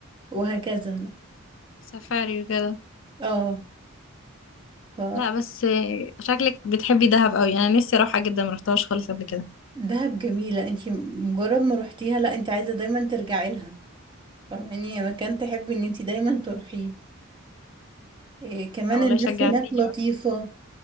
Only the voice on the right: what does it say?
وهكذا
اه ف
دهب جميلة انتي مجرد ما روحتيها لا انتي عايزة دايما ترجعي لها فاهماني هي مكان تحبي ان انتي دايما تروحيه إيه كمان
الناس
هناك لطيفة